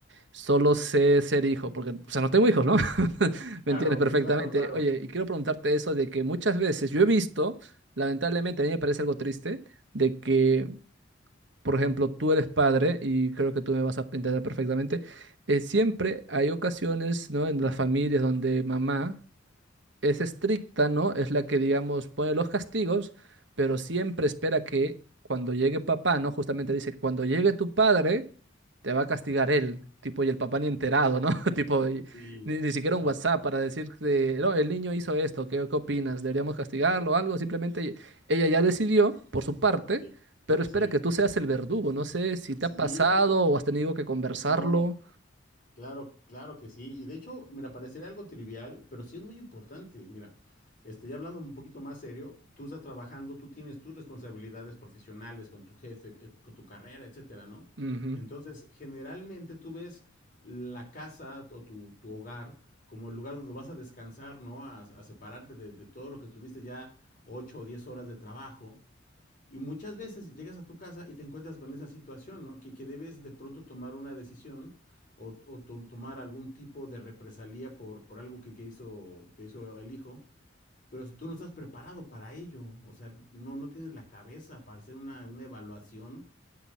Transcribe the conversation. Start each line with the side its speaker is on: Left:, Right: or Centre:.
Right: Solo sé ser hijo, porque, o sea, no tengo hijos, ¿no? <laughs> ¿Me
Left: Claro,
Right: entiendes perfectamente?
Left: claro, claro.
Right: Oye, y quiero preguntarte eso de que muchas veces yo he visto, lamentablemente, a mí me parece algo triste, de que, por ejemplo, tú eres padre, y creo que tú me vas a entender perfectamente, eh, siempre hay ocasiones, ¿no? En las familias donde mamá es estricta, ¿no? Es la que, digamos, pone los castigos, pero siempre espera que cuando llegue papá, ¿no? Justamente dice, cuando llegue tu padre, te va a castigar él, tipo, y el papá ni enterado, ¿no? <laughs> Tipo, y
Left: Sí,
Right: ni, ni siquiera
Left: sí,
Right: un WhatsApp para decir, que, no, el niño hizo esto, ¿qué, qué opinas? ¿Deberíamos castigarlo o algo? Simplemente ella ya decidió por su parte,
Left: sí.
Right: pero espera
Left: Sí,
Right: que tú seas el verdugo. No sé si te
Left: sí,
Right: ha pasado o has tenido que conversarlo.
Left: no. Claro, claro que sí. Y de hecho, mira, parecería algo trivial, pero sí es muy importante. Mira, este, ya hablando un poquito más serio, tú estás trabajando, tú tienes tus responsabilidades profesionales con tu jefe, eh, con tu carrera, etcétera, ¿no?
Right: Ujú,
Left: Entonces, generalmente tú ves la casa o tu, tu hogar como el lugar donde vas a descansar, ¿no? A, a separarte de, de todo lo que tuviste ya 8 o 10 horas de trabajo. Y muchas veces llegas a tu casa y te encuentras con esa situación, ¿no? Que, que debes de pronto tomar una decisión o, o to- tomar algún tipo de represalia por, por algo que, que hizo, que hizo el hijo. Pero si tú no estás preparado para ello, o sea, no, no tienes la cabeza para hacer una, una evaluación